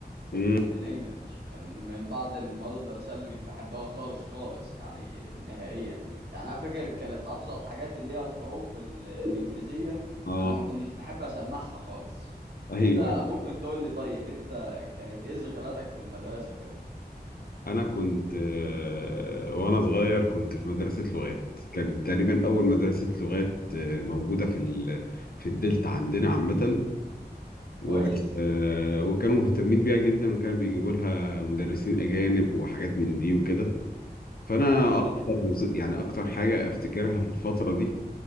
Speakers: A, on the left; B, on the right.
A: مم.
B: الانجليش كان من بعض المواد الدراسيه اللي مش بحبها خالص خالص يعني نهائيا يعني انا فاكر كانت ابسط حاجات اللي هي الحروف ال- الانجليزيه
A: اه
B: انا ما كنتش بحب اسمعها خالص
A: ايوه
B: انت
A: أيوه.
B: ممكن تقول لي طيب انت كانت ايه ذكرياتك في المدرسه كده
A: انا كنت آه، وانا صغير كنت في مدرسه لغات كانت تقريبا اول مدرسه لغات آه، موجوده في ال... في الدلتا عندنا عامه و...
B: كويس
A: آه، وكانوا مهتمين بيها جدا وكانوا بيجيبوا لها مدرسين أجانب وحاجات من دي وكده فأنا
B: اه
A: أكتر ز- يعني أكتر حاجة أفتكرها في الفترة دي